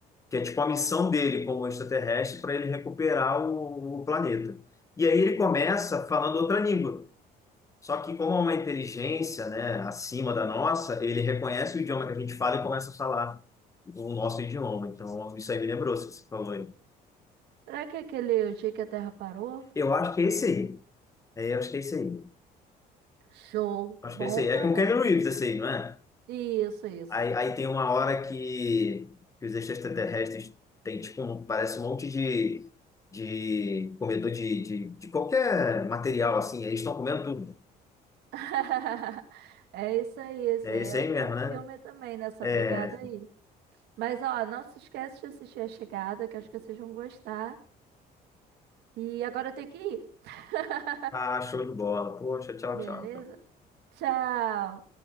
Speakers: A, on the left; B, on the right.
A: que é tipo a missão dele como extraterrestre para ele recuperar o, o planeta. E aí ele começa falando outra língua. Só que como é uma inteligência, né, acima da nossa, ele reconhece o idioma que a gente fala e começa a falar o nosso idioma. Então, isso aí me lembrou, se você falou aí.
B: será que é aquele O Dia que a Terra Parou?
A: Eu acho que é esse aí. É, eu acho que é esse aí.
B: Show,
A: Acho
B: bom
A: que é esse aí. É
B: também.
A: com Keanu Reeves esse aí, não é?
B: Isso, isso.
A: Aí, aí tem uma hora que, que os extraterrestres têm, tipo, um- parece um monte de, de comedor de, de, de qualquer material, assim. Eles estão comendo tudo.
B: <laughs> É isso aí, esse
A: É
B: aí
A: esse
B: é
A: aí
B: um
A: mesmo,
B: bom
A: né?
B: filme também nessa
A: É.
B: pegada aí. Mas ó, não se esquece de assistir A Chegada, que acho que vocês vão gostar. E agora eu tenho que ir. <laughs>
A: Ah, show de bola. Poxa, tchau,
B: Beleza?
A: tchau.
B: Tchau.